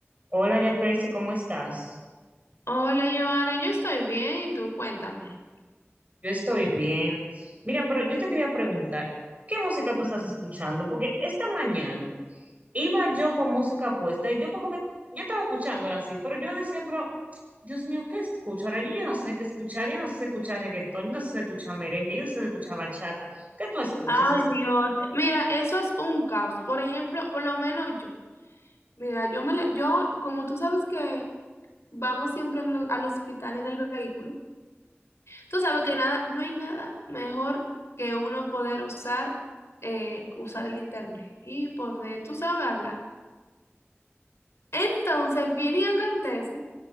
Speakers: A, on the right; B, on the left.
A: Hola, Jafrey, ¿cómo estás?
B: Hola, Joana, yo estoy bien y tú cuéntame.
A: Yo estoy bien. Mira, pero yo te quería preguntar, ¿qué música tú estás escuchando? Porque esta mañana iba yo con música puesta y yo como que, yo estaba escuchándola así, pero yo decía, pero, Dios mío, ¿qué escucho? Ahora yo ya no sé qué escuchar, yo no sé si escuchar reggaetón, yo no sé si escuchar merengue, yo no sé si escuchar bachata. ¿Qué tú escuchas?
B: Ay,
A: O sea,
B: Dios. Mira, eso es un caos. Por ejemplo, por lo menos yo. Mira, yo me la- yo, como tú sabes que vamos siempre en lo- al hospital en el vehículo, tú sabes que nada, no hay nada mejor que uno poder usar, eh, usar el internet y poder, tú sabes, hablar. Entonces, viene y acontece